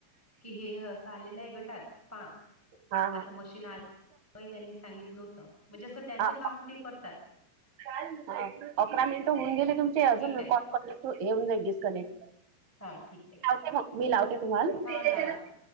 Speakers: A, in the centre; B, on the right (about 60°).
A: कि हे अस आलेलं आहे गटात पहा,
B: हा हा
A: आता मशीन आ होय त्यांनी सांगितलं होतं म्हणजे असं त्यांचं
B: हा
A: काम ते करतात.
B: हा अकरा मिनिट होऊन गेले तुमचे अजून
A: ठीक आहे
B: कॉल <unintelligible> जाई डिस्कनेक्ट.
A: हा ठीक आहे.
B: लावते मग मी लावते तुम्हाला.
A: हा लावा लावा